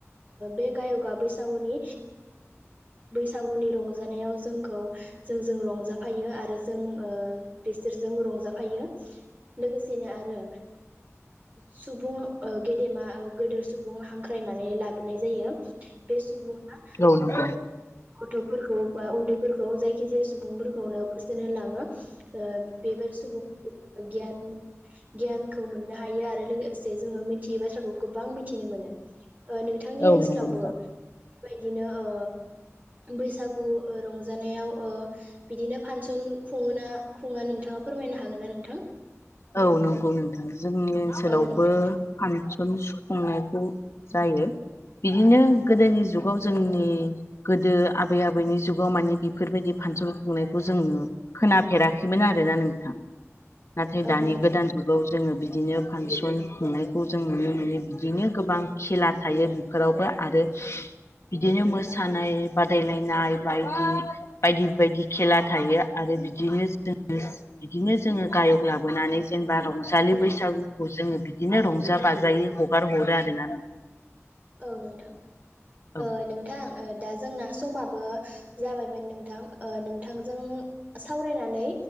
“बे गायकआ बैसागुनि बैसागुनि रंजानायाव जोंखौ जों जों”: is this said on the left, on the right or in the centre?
Right